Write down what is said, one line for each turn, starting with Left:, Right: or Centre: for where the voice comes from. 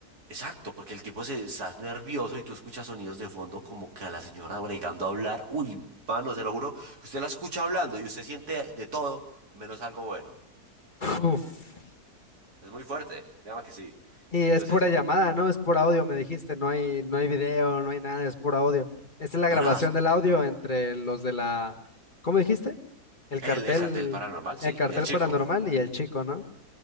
Right: exacto, porque el tipo se está nervioso y tú escuchas sonidos de fondo como que a la señora bregando a hablar. Uy, mano, se lo juro, usted la escucha hablando y usted siente de todo menos algo bueno.
Left: Uf.
Right: Es muy fuerte, créame que sí.
Left: Y
Right: Entonces...
Left: es pura llamada, ¿no? Es pura audio, me dijiste, no hay, no hay video, no hay nada, es pura audio. Esta es la grabación
Right: No, nada,
Left: del audio entre los de la, ¿cómo dijiste? El
Right: El,
Left: cartel,
Right: el cartel paranormal, sí,
Left: el cartel
Right: y el chico.
Left: paranormal y el chico, ¿no?